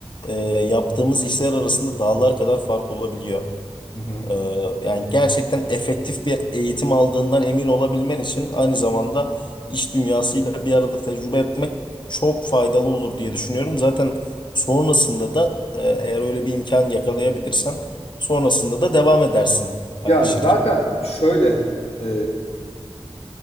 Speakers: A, on the left; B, on the left.
A: e, yaptığımız işler arasında dağlar kadar fark olabiliyor.
B: Hı hı.
A: E, yani gerçekten efektif bir eğitim aldığından emin olabilmen için aynı zamanda iş dünyasıyla bir arada tecrübe etmek çok faydalı olur diye düşünüyorum. Zaten sonrasında da e, eğer öyle bir imkan yakalayabilirsen sonrasında da devam edersin aynı
B: Ya Aynen.
A: şirket.
B: zaten şöyle e,